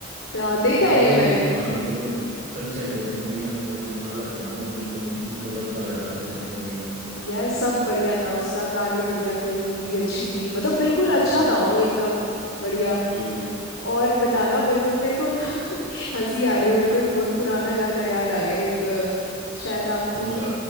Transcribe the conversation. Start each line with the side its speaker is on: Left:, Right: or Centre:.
Left: हाँ देखा
Right: लेकिन
Left: है ये
Right: मूवी
Left: मैंने
Right: देखो ना मतलब जो कंसेप्ट देखो मूवी का मतलब कितना अलग था ना और बिल्कुल मेरे को तो अच्छा लगा था कंसेप्ट मूवी का
Left: यार सब बढ़िया था उसका गाने बढ़िया थे मूवी अच्छी थी मतलब बिल्कुल अच्छा
Right: हम्म
Left: था वो एकदम बढ़िया
Right: बिल्कुल
Left: और बताना मेरे को मेरे को ना <laughs> हंसी आ रही है मेरे को एक बहुत पुराना गाना याद आ गया एक अ, शायद आपको
Right: कौन
Left: भी
Right: सा